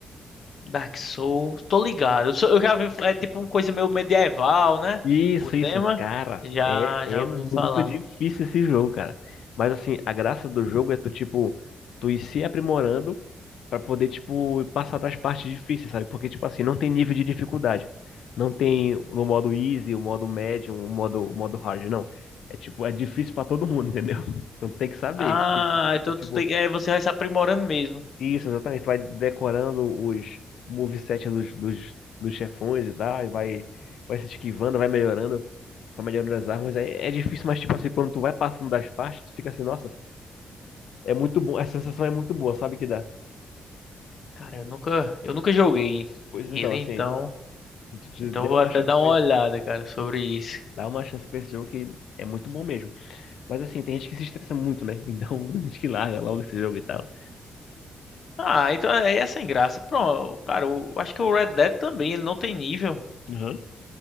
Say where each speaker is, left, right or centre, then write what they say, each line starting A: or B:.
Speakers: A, on the left; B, on the left.
A: Dark Souls. Tô ligado. Eu, sou- eu já vi. É tipo uma coisa meio medieval, né?
B: Isso,
A: O tema.
B: isso, cara,
A: Já,
B: é,
A: já
B: é
A: ouvi
B: muito
A: falar.
B: difícil esse jogo, cara. Mas assim, a graça do jogo é tu, tipo, tu ir se aprimorando pra poder, tipo, passar das partes difíceis, sabe? Porque, tipo assim, não tem nível de dificuldade. Não tem no modo easy, o modo médium, o modo, o modo hard, não. É tipo, é difícil pra todo mundo, entendeu? <laughs> Então tem que saber,
A: Ah,
B: tem que,
A: então
B: tipo,
A: tu tem, é, você vai se aprimorando mesmo.
B: isso, exatamente. Vai decorando os moveset dos, dos, dos chefões e tal, e vai, vai se esquivando, vai melhorando, vai melhorando as armas. É, é difícil, mas tipo assim, quando tu vai passando das partes, tu fica assim, nossa, é muito bom, a sensação é muito boa, sabe que dá.
A: Cara, eu nunca, eu nunca joguei
B: Pois
A: ele,
B: então, assim,
A: então.
B: se tu te
A: Então
B: der
A: eu vou
B: uma
A: até
B: chance
A: dar uma
B: pra
A: olhada,
B: esse,
A: cara, sobre isso.
B: dá uma chance pra esse jogo que é muito bom mesmo. Mas assim, tem gente que se estressa muito, né? Então, <laughs> diz que larga logo esse jogo e tal.
A: Ah, então aí é sem graça. Pronto, cara, eu acho que o Red Dead também, ele não tem nível.
B: Aham.